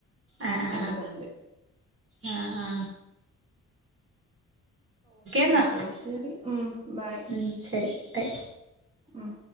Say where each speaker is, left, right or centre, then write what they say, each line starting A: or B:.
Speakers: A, on the right; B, on the right.
A: ആ ആ
B: രണ്ട് പാന്റ്
A: ആ ആ ആ എന്നാ
B: അപ്പൊ ശരി മ് ബൈ
A: ഉം ശരി ബൈ
B: ഉമ്